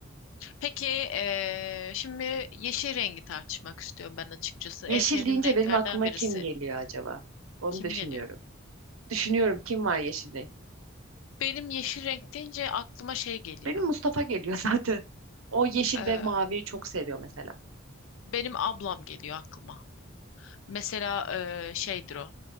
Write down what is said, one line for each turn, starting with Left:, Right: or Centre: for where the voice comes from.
Left: Peki ee, şimdi yeşil rengi tartışmak istiyorum ben açıkçası.
Right: Yeşil
Left: En sevdiğim
Right: deyince
Left: renklerden
Right: benim aklıma
Left: birisi.
Right: kim geliyor acaba? Onu
Left: Kim
Right: düşünüyorum.
Left: geliyor?
Right: Düşünüyorum kim var yeşilde?
Left: Benim yeşil renk deyince aklıma şey geliyor.
Right: Benim Mustafa geliyor <laughs> zaten. O yeşil
Left: Ee,
Right: ve maviyi çok seviyor mesela.
Left: benim ablam geliyor aklıma. Mesela ee, şeydir o.